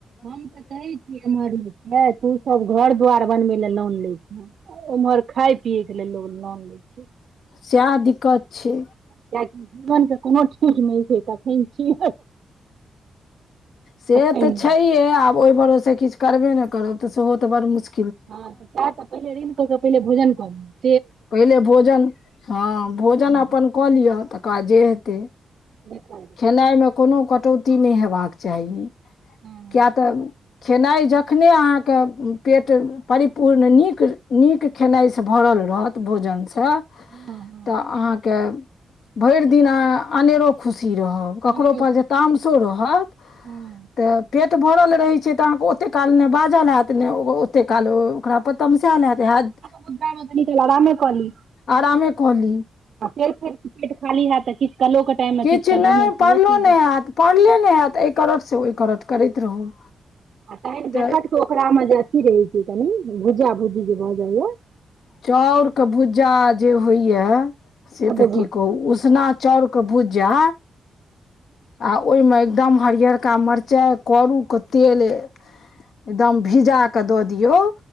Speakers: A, on the right (about 70°); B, on the left (about 75°).
A: हम तऽ कहै छीय एमहर तू सब घर द्वार बनबे ल लोन लै छ उम्हर खााय पियए के लेल लोग लान लै छै
B: सएह दिक्कत छै
A: कियकि जीवन के कोनो ठीक नहि छै कखन छीय
B: से
A: नहि
B: तऽ छैये आब ओहि भरोसे किछ करबे ने करब तऽ सेहो तऽ बड़ मुशकिल
A: हँ त स तऽ पहिले ऋण कऽ के पहिले भोजन कऽ लिय
B: पहिले भोजन हँ भोजन
A: हँ
B: अपन कलिय तक बा जे हेतै
A: देखल
B: खेनाइ मे कोनो की नहि हेबाक चाही
A: हँ हँ
B: किया तऽ खेनाइ जखने अहाँके पेट परिपूर्ण नीक नीक खेनाइसँ भरल रहत भोजन स स
A: हँ
B: तऽ अहाँके भरि दिना अहाअनेरो खुशी रहब ककरो
A: हँ
B: पर जे तामसो रहत
A: हँ
B: तऽ पेट भरल रहै छै तऽ अहाँके ओतेक काल नहि बाजल हयत नहि ओतेक काल ओकरा पर तमसेल हेत
A: न छल कन काल करायें कली
B: आरामे कऽ ली
A: आ फेर फेर पेट खाली हयत त किछु कलो टाइम मे
B: किछु
A: कलो
B: नहि
A: मे सेहो
B: पढ़लो
A: पी लेब
B: ने हयत पढ़ले ने हयत एहि करट से ओहि करट करैत रहू
A: ह रहें
B: तऽ
A: फर्स्ट ओकरामे की रहै छै कनी भुजा-भुजी जे भऽ जाइया
B: चाउरके भुज्जा जे होइयाए से
A: अद्भुत
B: तऽ की कहू उसना चाउरके भुज्जा आ ओहिमे एकदम हरियरका मरचाइ, करूके तेल एकदम भिजा कऽ दऽ दियौ